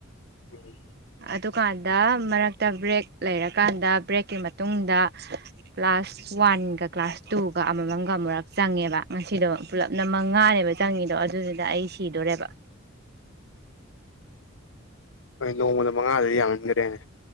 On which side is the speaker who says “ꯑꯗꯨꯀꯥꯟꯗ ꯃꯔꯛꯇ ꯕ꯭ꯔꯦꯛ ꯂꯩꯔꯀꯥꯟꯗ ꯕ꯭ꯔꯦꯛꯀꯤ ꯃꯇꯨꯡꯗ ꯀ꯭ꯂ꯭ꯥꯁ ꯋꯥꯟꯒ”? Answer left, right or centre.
Right